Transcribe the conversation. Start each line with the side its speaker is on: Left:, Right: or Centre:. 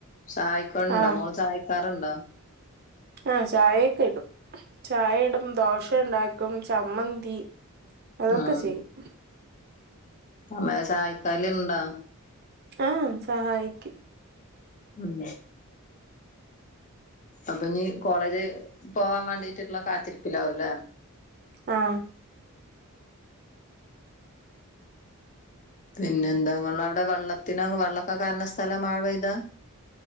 Left: സഹായിക്കോണ്ടോ
Right: ആ
Left: മോള് സഹായിക്കാറ്ണ്ടോ
Right: ആഹ് ചായയൊക്കെ ഇടും ചായ ഇടും ദോശ ണ്ടാക്കും ചമ്മന്തി ആക്ക
Left: ആഹ്
Right: ചെയ്യും.
Left: അമ്മയെ സഹായിക്കല്ണ്ടാ.
Right: ആഹ് സഹായിക്കും.
Left: ഉം അപ്പ ഞ് കോളേജ് പോവാവാണ്ടിട്ടുള്ള കാത്തിരിപ്പിലാവുല്ലേ
Right: ആഹ്
Left: പിന്നെന്താ ഇങ്ങളടെ വെള്ളത്തിനോ വെള്ളക്ക കാണണ സ്ഥല മഴ പെയ്താ